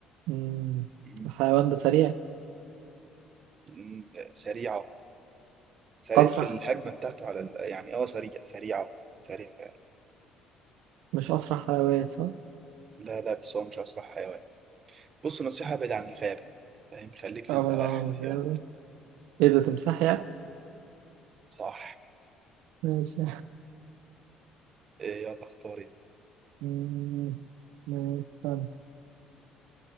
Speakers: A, on the right; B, on the right.
A: مم.
B: مم،
A: الحيوان ده سريع
B: مم، سريعة سريع
A: أسرع
B: في الهجمة بتاعته على ال... يعني اه سريع سريعة سريع فعلا
A: مش أسرع حيوان صح؟
B: لا لا بس هو مش أسرع حيوان بص نصيحة بعيد عن الغابة فاهم خليك في
A: أبعد
B: الزواحف
A: عن الغابة
B: يلا
A: إيه ده تمساح يعني؟
B: صح
A: ماشي
B: آه، يلا اختاري
A: مم. ماشي، استنى